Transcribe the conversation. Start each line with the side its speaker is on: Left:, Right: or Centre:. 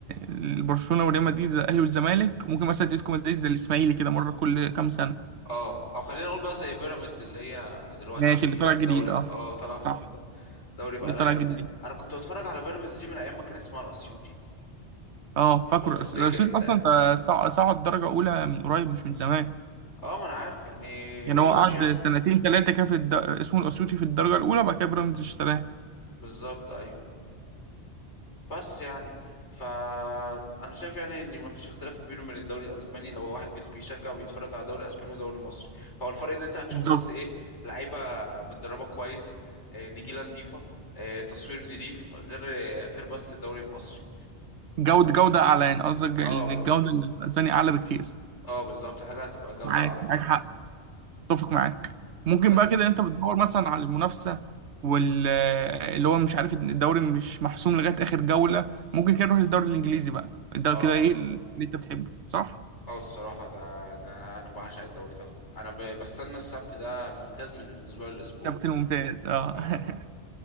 Right: ال- برشلونه وريال مدريد زي الاهلي والزمالك ممكن مثلا اتلتيكو مدريد زي الاسماعيلي كده مره كل كام سنه
Left: اه او خلينا نقول بقى زي بيراميدز اللي هي دلوقتي
Right: ماشي اللي طالع
Left: في
Right: جديد
Left: الدوري
Right: اه
Left: اه طالعه في
Right: صح
Left: الدوري الدوري بقى
Right: اللي
Left: لها
Right: طالع
Left: ياما
Right: جديد
Left: انا كنت بتفرج على بيراميدز دي من ايام ما كان اسمها الاسيوطي
Right: اه فاكره
Left: لو تفتكر
Right: الأس- الاسيس
Left: انت
Right: اصلا
Left: يعني
Right: ده صع- صعد درجه اولى من قريب مش من زمان
Left: اه ما انا عارف يعني
Right: يعني
Left: ما بقولوش
Right: هو قعد
Left: ياما
Right: سنتين ثلاثه كده في الد... اسمه الاسيوطي في الدرجه الاولى بعد كده بيراميدز اشتراه
Left: بالظبط ايوه بس يعني فأنا شايف يعني إن مفيش اختلاف كبير بين الدوري الأسباني لو واحد بيت- بيشجع وبيتفرج على دوري أسباني ودوري مصري هو الفرق إن أنت هتشوف
Right: بالظبط
Left: بس إيه لعيبة متدربة كويس آه، نجيلة نضيفة آه، تصوير نضيف غير غير بس الدوري المصري
Right: جوده جوده اعلى يعني قصدك
Left: اه
Right: ان
Left: ب-
Right: الجوده
Left: بز...
Right: الاسباني اعلى بكتير
Left: اه بالظبط حاجة هتبقى جودة
Right: معاك
Left: أعلى فعلا
Right: معاك حق اتفق معاك ممكن
Left: بس
Right: بقى كده انت بتدور مثلا على المنافسه وال اللي هو مش عارف الدوري مش محسوم لغايه اخر جوله ممكن كده نروح للدوري الانجليزي بقى ده
Left: اه
Right: كده ايه اللي انت بتحبه صح
Left: اه الصراحة ده أنا أنا بعشق الدوري ده أنا ب... بستنى السبت ده الممتاز من الأسبوع للأسبوع
Right: السبت الممتاز اه
Left: اه
Right: <laughs>